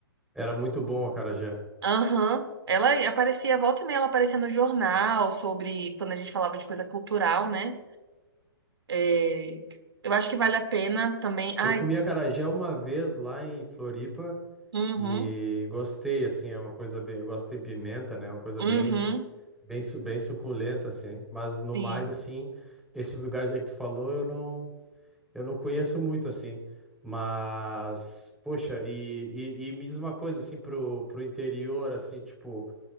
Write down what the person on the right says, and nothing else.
Aham. Ela aparecia, volta e meia, ela aparecia no jornal sobre quando a gente falava de coisa cultural, né? É, Eu acho que vale a pena também. Ai,
uhum,
uhum,
sim.